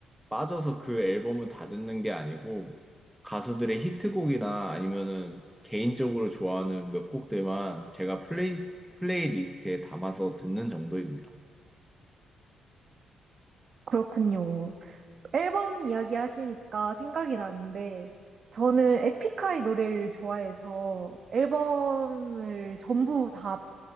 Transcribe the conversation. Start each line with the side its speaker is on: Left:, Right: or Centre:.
Centre: 빠져서 그 앨범은 다 듣는 게 아니고 가수들의 히트곡이나 아니면은 개인적으로 좋아하는 몇 곡들만 제가 플레이, 플레이리스트에 담아서 듣는 정도입니다.
Right: 그렇군요. 앨범 이야기 하시니까 생각이 나는데, 저는 에픽하이 노래를 좋아해서 앨범을 전부 다